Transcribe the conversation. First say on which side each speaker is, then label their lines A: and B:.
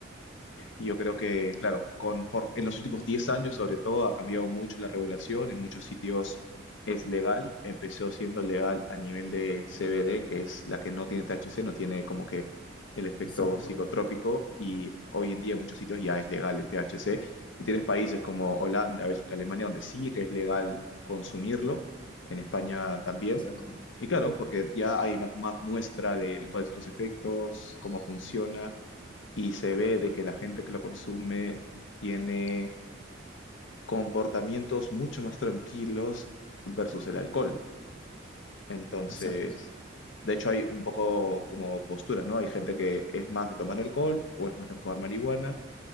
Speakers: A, on the left; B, on the left.
A: Y Yo creo que, claro, conform- en los últimos 10 años, sobre todo, ha cambiado mucho la regulación. En muchos sitios es legal. Empezó siendo legal a nivel de CBD, que es la que no tiene THC, no tiene como que el efecto
B: exacto,
A: psicotrópico. Y hoy en día en muchos sitios ya es legal el THC. Y tienes países como Holanda, Bélgica, Alemania, donde sí que es legal consumirlo. En España también.
B: exacto,
A: Y claro, porque ya hay más, más muestra de cuáles son los efectos, cómo funciona y se ve de que la gente que lo consume tiene comportamientos mucho más tranquilos versus el alcohol. Entonces,
B: exacto.
A: de hecho hay un poco como posturas, ¿no? Hay gente que es más de tomar alcohol o es más de fumar marihuana,